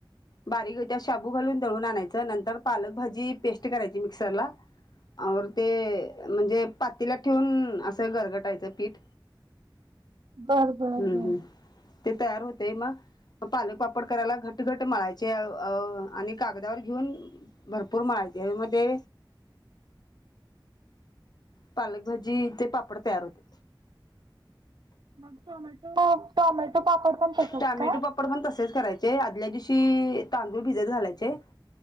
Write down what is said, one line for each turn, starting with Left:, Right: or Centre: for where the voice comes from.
Left: बारीक त्या शाबू घालून दळून आणायचं नंतर पालक भाजी पेस्ट करायची मिक्सरला औ ते म्हणजे पातीला ठेवून असं घरगटायचं पीठ
Right: बर बर
Left: हम्म
Right: बर
Left: हम्म ते तयार होते मग पालक पापड करायला घट घट घट मळायचे अ आणि कागदावर घेऊन भरपूर मळायचे. त्यामध्ये पालकभाजी ते पापड तयार होते
Right: मग टोमॅटो टोमॅटो पापड पण तसच
Left: टॅमॅटो
Right: काय.
Left: पापड पण तसेच करायचे आदल्या दिवशी तांदूळ भिजत घालायचे